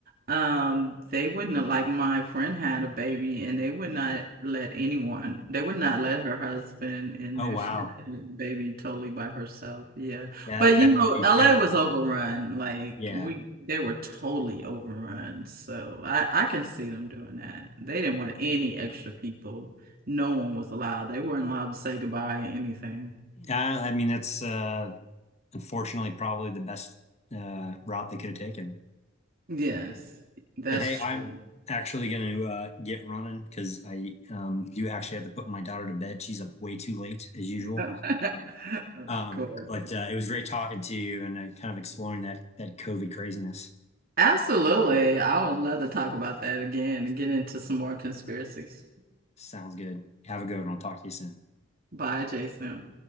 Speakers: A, on the right; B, on the left.
A: um, they wouldn't have- like my friend had a baby and they would not let anyone, they would not let her husband in
B: oh
A: there.
B: wow,
A: She had a baby totally by herself. Yeah.
B: that
A: But you
B: that
A: know,
B: would be
A: LA
B: terrifying.
A: was overrun. Like
B: Yeah.
A: we, they were totally overrun. So I, I can see them doing that. They didn't want any extra people. No one was allowed. They weren't allowed to say goodbye or anything.
B: Uh, I mean, that's uh, unfortunately probably the best uh, route they could have taken.
A: Yes, that's
B: But hey, I'm
A: true.
B: actually going to uh, get running because I um, do actually have to put my daughter to bed. She's up way too late as usual.
A: <laughs> Of
B: Um,
A: course.
B: but uh, it was great talking to you and uh, kind of exploring that that COVID craziness.
A: Absolutely. I would love to talk about that again and get into some more conspiracies.
B: Sounds good. Have a good one. I'll talk to you soon.
A: Bye, Jason.